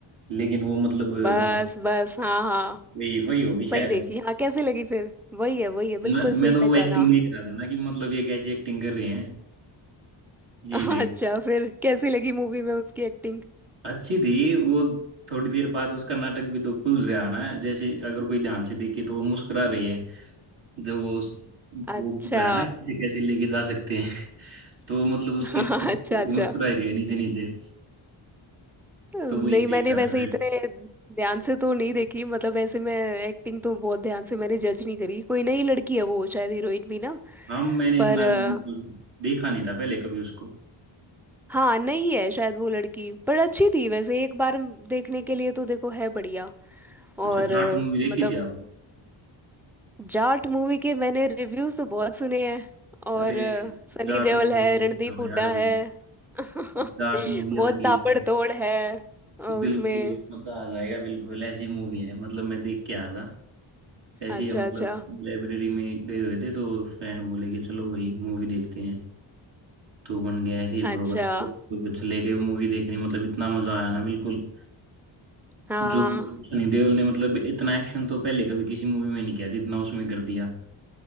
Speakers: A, on the right; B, in the centre.
A: लेकिन वो मतलब
B: बस
A: वहाँ
B: बस हाँ हाँ
A: वही वही होगी शायद
B: सही देखी
A: वो
B: हाँ कैसी लगी फिर वही है वही है बिल्कुल
A: मैं,
B: सही
A: मैं तो
B: पहचाना
A: वो एक्टिंग देख रहा था ना कि मतलब ये कैसी एक्टिंग कर रहे हैं यही
B: <laughs>
A: देख
B: अच्छा फिर कैसी लगी मूवी में उसकी एक्टिंग
A: अच्छी थी वो थोड़ी देर बाद उसका नाटक भी तो खुल रहा है ना जैसे अगर कोई ध्यान से देखे तो वो मुस्कुरा रही है जब वो वो
B: अच्छा
A: बोल रहा है ना कैसे कैसे लेके जा सकते हैं <laughs> तो मतलब उसकी
B: <laughs>
A: मुस्कुराई
B: अच्छा अच्छा
A: गई नीचे नीचे
B: नहीं
A: तो वही देख
B: मैंने
A: रहा
B: वैसे
A: था
B: इतने ध्यान से तो नहीं देखी मतलब ऐसे मैं एक्टिंग तो बहुत ध्यान से मैंने जज नहीं करी कोई नई लड़की है वो शायद हीरोइन भी ना
A: हाँ मैंने
B: पर
A: इतना
B: अ,
A: मतलब देखा नहीं था पहले कभी उसको
B: हाँ नहीं है शायद वो लड़की पर अच्छी थी वैसे एक बार देखने के लिए तो देखो है बढ़िया
A: अच्छा
B: और अ,
A: जाट मूवी देखी
B: मतलब
A: थी आपने
B: जाट मूवी के मैंने रिव्यूज तो बहुत सुने हैं और
A: अरे
B: अ, सनी
A: जाट
B: देओल
A: मूवी
B: है
A: देखते
B: रणदीप
A: हो
B: हुड्डा
A: यार वो
B: है <laughs>
A: जाट मूवी
B: बहुत
A: अलग ही
B: ताबड़तोड़
A: है
B: है अ, उसमें
A: बिल्कुल मजा आ जाएगा बिल्कुल ऐसी मूवी है मतलब मैं देख के आया था ऐसी
B: अच्छा
A: हम मतलब
B: अच्छा
A: लाइब्रेरी में गए हुए थे तो फ्रेंड बोले कि चलो भाई मूवी देखते हैं तो बन गया ऐसे ही
B: अच्छा
A: प्रोग्राम तो कुछ ले गए मूवी देखने मतलब इतना मजा आया ना बिल्कुल
B: हाँ
A: जो सनी देओल ने मतलब इतना एक्शन तो पहले कभी किसी मूवी में नहीं किया जितना उसमें कर दिया